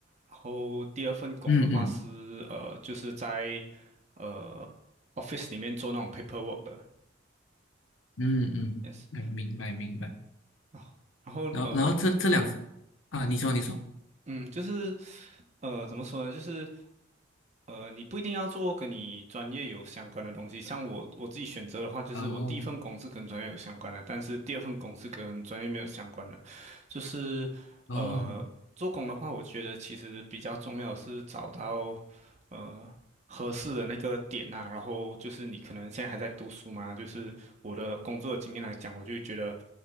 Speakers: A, on the right; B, on the left.
A: 然后第二份工的话是，
B: 嗯嗯
A: 呃，就是在，呃，office 里面做那种 paperwork 的
B: 嗯嗯，
A: ，yes。
B: 嗯，明白明白。
A: 哦，然后呃。
B: 然后然后这这两啊，你说你说，
A: 嗯，就是，呃，怎么说呢？就是，呃，你不一定要做跟你专业有相关的东西。像我我自己选择的话，就是我第一份工是跟专业有相关的，
B: 哦
A: 但是第二份工是跟专业没有相关的。就是，
B: 哦，
A: 呃，做工的话，我觉得其实比较重要的是找到，呃，合适的那个点啊。然后就是你可能现在还在读书嘛，就是我的工作经验来讲，我就觉得，